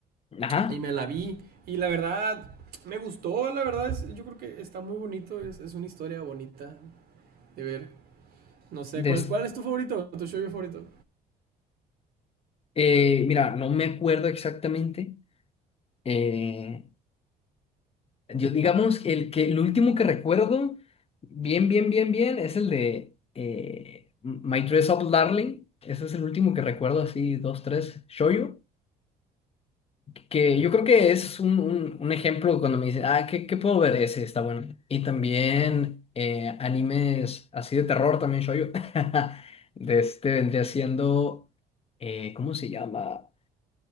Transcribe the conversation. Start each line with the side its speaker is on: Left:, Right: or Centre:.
Left: ajá.
Right: y me la vi y la verdad me gustó, la verdad es, yo creo que está muy bonito, es, es una historia bonita de ver. No sé,
Left: Des-
Right: ¿cuál, cuál es tu favorito? ¿Tu shoujo favorito?
Left: eh, mira, no me acuerdo exactamente. eh, Yo digamos que el que el último que recuerdo bien, bien, bien, bien es el de eh, My Dress Up Darling. Ese es el último que recuerdo, así, dos, tres, shoujo. Que yo creo que es un, un, un ejemplo cuando me dicen, ah, ¿qué, qué puedo ver? Ese está bueno. Y también eh, animes así de terror, también shoujo. <laughs> De este vendría siendo, eh, ¿cómo se llama?